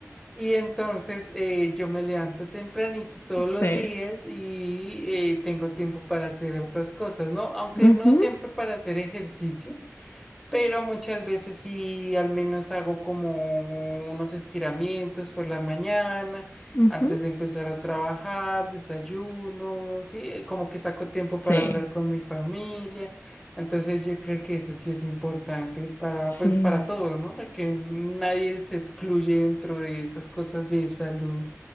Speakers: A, in the centre; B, on the left.
A: Y entonces eh, yo me levanto tempranito todos
B: Sí.
A: los días y eh, tengo tiempo para hacer otras cosas, ¿no? Aunque
B: Ujú,
A: no siempre para hacer ejercicio, pero muchas veces sí, al menos hago como unos estiramientos por la mañana,
B: ujú.
A: antes de empezar a trabajar, desayuno, sí, como que saco tiempo
B: Sí,
A: para hablar con mi familia. Entonces yo creo que eso sí es importante para,
B: sí,
A: pues, para todos, ¿no? Porque nadie se excluye dentro de esas cosas de salud